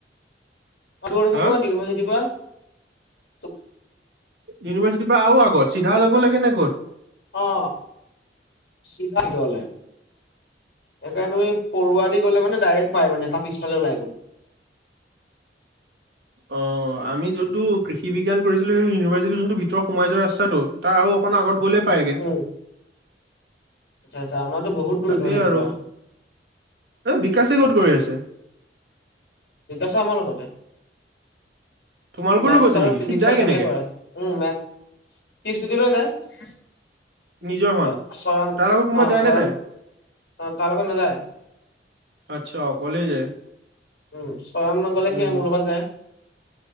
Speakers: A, on the left; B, on the right.
A: আৰু
B: হা
A: ত আ য দিমাহ খতিপা <unintelligible>
B: ইউনিভাৰ্চিটিৰ পৰা আৰু আগত, চিধা যাব লাগে নে ক'ত?
A: অহ', চিধা, ভিতৰলে। সেইকাৰণে আমি পৰুৱা দি গ'লে মানে ডাইৰেক্ট পাই, মানে তাৰ পিছফালে ওলাই গৈ।
B: অ', আমি যোনটো কৃষিবিজ্ঞান কৰিছিলোঁ, সেইটো ইউনিভাৰ্চিটি যোনটো ভিতৰত সোমাই যোৱা ৰাস্তাটো তাৰ আৰু অকণ আগত গ'লেই পাইগে।
A: উম আচ্ছা আচ্ছা আমাৰতো বহুত দূৰ
B: তাতে
A: ইউনিভাৰ্চিটিৰ
B: আৰু,
A: পৰা
B: এ, বিকাশে ক'ত কৰি আছে?
A: বিকাশো আমাৰ লগতে
B: তোমালোকৰো
A: মেথছ
B: লগতে
A: আৰু
B: নেকি
A: ফিজিক্সৰ
B: সি যায়
A: একেলগে
B: কেনেকে
A: কৰাইছে, উম, মে সি স্কুটি লৈ যায়। অ,
B: নিজৰ খন
A: স্বয়ন
B: তাৰ
A: অ',
B: লগত কোনোবা যায়
A: স্বয়ন
B: নে নাই?
A: অ', তাৰ লগত নাযায়?
B: আচ্ছা অকলেই যায়।
A: উম, স্বয়ন নগ'লে
B: উম,
A: সি মোৰ লগত যায়।